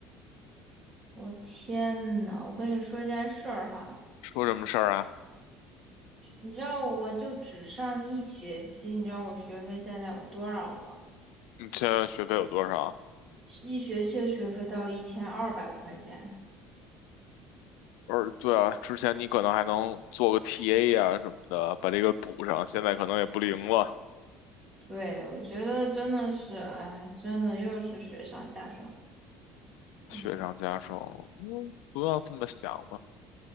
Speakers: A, on the right; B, on the left.
A: 我天呐，我跟你说一件事儿哈，
B: 说什么事儿啊？
A: 你知道我就只上一学期，你知道我学费现在有多少吗？
B: 你现在学费有多少啊？
A: 一学期的学费到一千二百块钱。
B: 而对啊，之前你可能还能做个 TA 啊什么的，把这个补上，现在可能也不灵了。
A: 对，我觉得真的是，哎，真的又是雪上加霜。嗯，
B: 雪上加霜，嗯，不要这么想嘛，